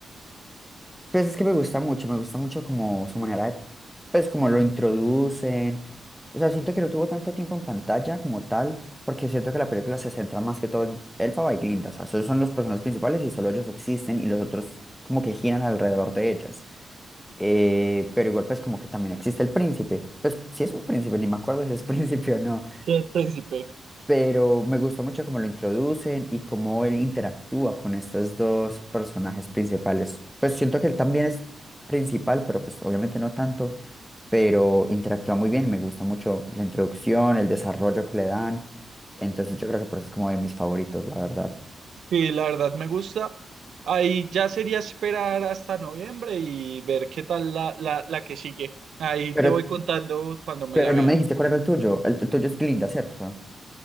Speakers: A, in the centre; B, on the right.
A: Pues es que me gusta mucho, me gusta mucho como su manera de, pues como lo introducen. O sea, siento que no tuvo tanto tiempo en pantalla como tal, porque siento que la película se centra más que todo en Elphaba y Glinda. O sea, esos son los personajes principales y solo ellos existen y los otros como que giran alrededor de ellas. Eh, pero igual pues como que también existe el príncipe. Pues si es un príncipe, ni me acuerdo si es <laughs> príncipe o no
B: Sí, el príncipe.
A: pero me gusta mucho cómo lo introducen y cómo él interactúa con estos dos personajes principales. Pues siento que él también es principal, pero pues obviamente no tanto, pero interactúa muy bien, me gusta mucho la introducción, el desarrollo que le dan, entonces yo creo que por eso es como de mis favoritos, la verdad.
B: Sí, la verdad me gusta. Ahí ya sería esperar hasta noviembre y ver qué tal la, la, la que sigue. Ahí
A: Pero,
B: te voy contando cuando me
A: pero
B: la vea.
A: no me dijiste cuál era el tuyo, el, el tuyo es Glinda, ¿cierto?